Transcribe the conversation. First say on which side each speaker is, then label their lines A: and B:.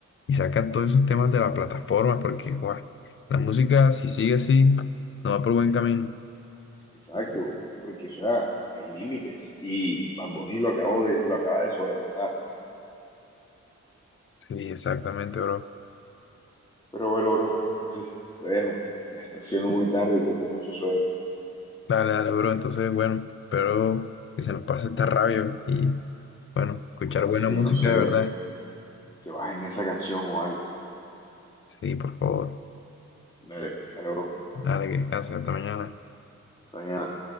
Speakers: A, on the left; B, on the left.
A: y sacan todos esos temas de la plataforma, porque guau, la música si sigue así no va por buen camino.
B: Exacto, porque o sea, hay límites y Bad Bunny lo acabo de, lo acaba de sobrepasar.
A: Sí, exactamente, bro.
B: Pero bueno, bro, entonces te dejo. Ya está siendo muy tarde y tengo mucho sueño.
A: Dale, dale, bro. Entonces, bueno, espero que se nos pase esta rabia y, bueno, escuchar buena
B: Así,
A: música
B: no sé,
A: de verdad.
B: que bajen esa canción o algo.
A: Sí, por favor.
B: Dale, dale, bro.
A: Dale, que descanses hasta mañana.
B: Hasta mañana.